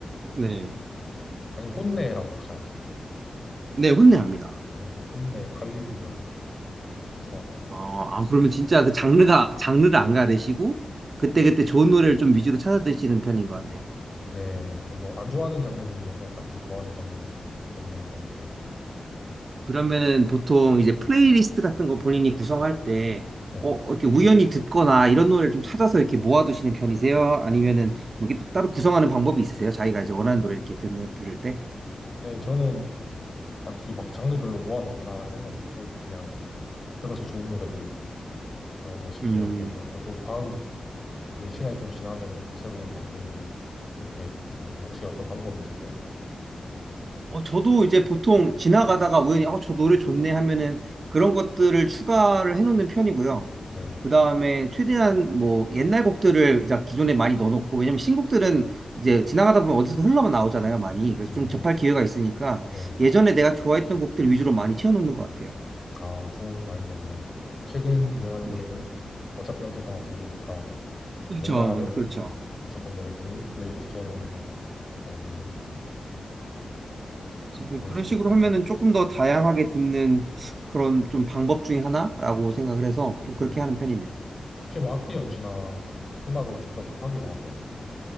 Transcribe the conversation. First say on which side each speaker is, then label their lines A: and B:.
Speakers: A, on the right (about 45°); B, on the left (about 25°).
A: 네.
B: 아니 혼내라고 혹시 아세요?
A: 네, 혼내합니다.
B: 네 혼내 갈리드 이런 것도 좋아하고
A: 어, 아, 그러면 진짜 그 장르가 장르를 안 가리시고 그때그때 좋은 노래를 좀 위주로 찾아 드시는 편인 것 같네요.
B: 네, 좀 뭐 안 좋아하는 장르는 있는데 딱히 좋아하는 장르는 없는 것 같아요.
A: 그러면은 보통 이제 플레이리스트 같은 거 본인이 구성할 때,
B: 네.
A: 어, 이렇게 우연히 듣거나 이런 노래를 좀 찾아서 이렇게 모아두시는 편이세요? 아니면은 뭐 이렇게 또 따로 구성하는 방법이 있으세요? 자기가 이제 원하는 노래 이렇게 듣는, 들을 때?
B: 네, 저는 딱히 막 장르별로 모아놓거나 이런 건 없고 그냥 들어서 좋은 노래들 뭐 몇십
A: 음,
B: 개 이렇게 해놓고 또 다음 이제 시간이 좀 지나면은 또 새로 만들고 이렇게 듣는데 혹시 어떤 방법이 있으세요?
A: 어, 저도 이제 보통 지나가다가 우연히, 어, 저 노래 좋네 하면은 그런 것들을 추가를 해놓는 편이고요.
B: 네.
A: 그 다음에 최대한 뭐 옛날 곡들을 이제 기존에 많이 넣어놓고 왜냐면 신곡들은 이제 지나가다 보면 어디서 흘러만 나오잖아요 많이 그래서
B: 음,
A: 좀 접할 기회가 있으니까
B: 네, 네.
A: 예전에 내가 좋아했던 곡들 위주로 많이 채워놓는 것 같아요.
B: 아, 좋은 아이디어네요. 최근 유행하는
A: 네.
B: 노래는 어차피 어딜 가나 들리니까
A: 그렇죠,
B: 옛날에
A: 그렇죠.
B: 있었던 노래들을 플레이리스트에 넣어놓는다. 어,
A: 그래서 좀
B: 그럴
A: 그런
B: 수도
A: 식으로
B: 있겠구나.
A: 하면은 조금 더 다양하게 듣는 그런 좀 방법 중에 하나라고 생각을 해서 좀
B: 음.
A: 그렇게 하는 편입니다.
B: 혹시 뭐 악기 연주나 음악을 직접 하기도 하세요?